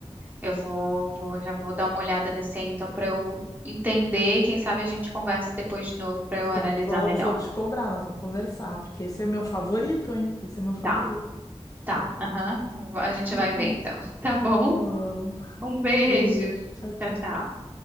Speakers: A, on the right (about 15°); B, on the left (about 30°).
A: Eu vou, vou, já vou dar uma olhada nesse aí, então, para eu entender. Quem sabe a gente converse depois de novo para eu
B: Co-
A: analisar
B: Vou,
A: melhor.
B: vou te cobrar, nós vamos conversar, porque esse é o meu favorito, hein? Esse é o meu favorito.
A: Tá, tá. Aham. A
B: Então
A: gente vai
B: tá.
A: ver então. <laughs> Tá bom?
B: Tá bom.
A: Um beijo.
B: Beijo, tchau, tchau.
A: Tchau, tchau.